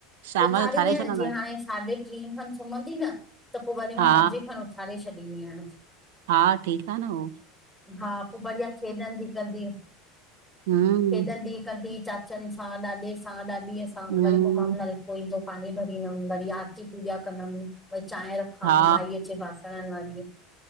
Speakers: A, on the right; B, in the centre.
A: शाम
B: उथारींदी
A: जो ठाहे
B: आहियां
A: छॾंदा
B: जीअं हाणे साढे ट्रीं खन सुम्हंदी न, त पो वरी
A: हा
B: मां पंजे खनि उथारे छॾींदी आहियांसि।
A: हा ठीकु आ न हो
B: हा, पो बढ़िया खेॾंदी कंदी।
A: हम्म
B: खेॾंदी कंदी चाचनि सां, ॾाॾे सां, ॾाॾीअ सां
A: हम्म
B: वरी पो मामनल को ईंदो पांणी भरींदमि, वरी आरती पूजा कंदमि, वरी चांय रख खां,
A: हा
B: माई अचे बासंणन वारी हीय